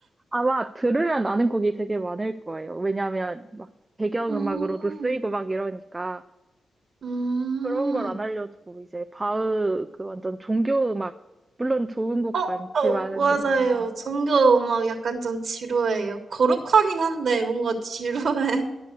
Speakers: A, on the right; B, on the right.
A: 아마 들으면 아는 곡이 되게 많을 거예요. 왜냐하면 막 배경음악으로도
B: 음,
A: 쓰이고 막 이러니까
B: 음.
A: 그런 걸 안 알려주고 이제 바흐 그 완전 종교음악 물론 좋은 곡
B: 어,
A: 많지만
B: 어, 맞아요. 종교 음악 약간 좀 지루해요. 거룩하긴 한데 뭔가 지루해.